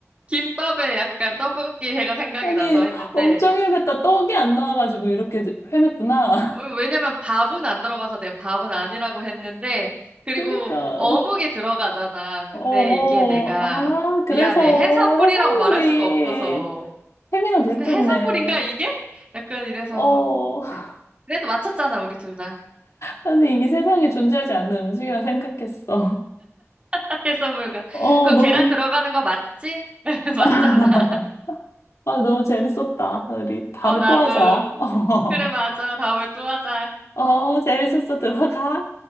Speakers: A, on the right (about 25°); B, on the left (about 80°).
A: 김밥에 약간 떡볶이 해가 생각이
B: 아니,
A: 나서 했는데
B: 엄청 헤맸다. 떡이 안 나와가지고 이렇게 헤맸구나.
A: 어,
B: <laughs>
A: 왜냐면 밥은 안 들어가서 내가 밥은 아니라고 했는데 그리고
B: 그니까.
A: 어묵이 들어가잖아. 근데
B: 어,
A: 이게 내가
B: 어. 아, 그래서
A: 미안해. 해산물이라고
B: 해산물이
A: 말할 수가 없어서
B: 햄이랑 비슷했네.
A: 이거 해산물인가 이게? 약간 이래서
B: 어. <laughs>
A: 네. 그래도 맞췄잖아 우리 둘 다.
B: 아니, 이 세상에 존재하지 않는 음식이라 생각했어.
A: <laughs> 해산물과
B: 어,
A: 그
B: 너무,
A: 계란 들어가는 거 맞지? <laughs> 맞잖아.
B: <laughs> 아, 너무 재밌었다. 우리 다음에
A: 어 나도
B: 또 하자. <laughs>
A: 그래 맞아. 다음에 또 하자.
B: 어, 재밌었어. 들어가.